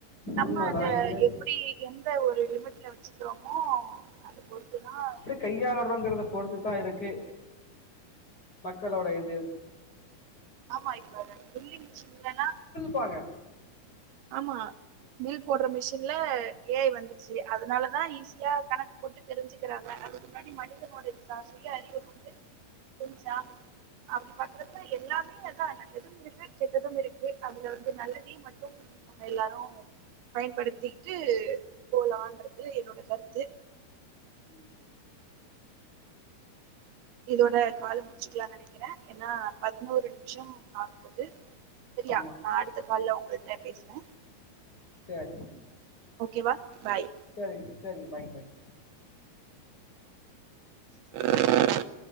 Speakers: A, on the right; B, on the left.
A: நம்ம
B: உண்மதா
A: அத
B: இல்ல
A: எப்பிடி எந்த ஒரு லிமிட்ல வச்சு க்றோமோ அது பொறுத்து தா இரு
B: கையாளறோங்கிறத பொறுத்து தா இருக்கு மக்களோட இது
A: ஆமா இப்ப அந்த டிரில்லிங் மிஷின் இல்லனா
B: ப்பாங்க
A: ஆமா பில் போட்ற மிஷின்ல ஏ ஐ வந்துச்சு அதனால தா ஈஸியா கணக்கு போட்டு தெரிஞ்சுக்கிறாங்க அதுக்கு முன்னாடி மனிதனோட இதுதா சுய அறிவு வந்து தெரிஞ்சா அப்டி பாக்குறப்ப எல்லாமே அதா நல்லதும் இருக்கு கெட்டதும் இருக்கு அதுல வந்து நல்லதியு மட் எல்லாரு பயன்படுத்திகிட்டு போலான்றது என்னோட கருத்து
B: ம்
A: இதோட கால் முடிச்சுக்கலான்னு நெனைக்கிறே ஏன்னா பதினோரு நிமிஷோ ஆகப்போது செரியா
B: ஆமா
A: நா அடுத்த கால்ல உங்கள்ட பேசுனு
B: சேரி
A: ஓகே வா பாய்
B: செரிங்க செரிங்க பாய்ங்க பாய்ங்க
A: <unintelligible>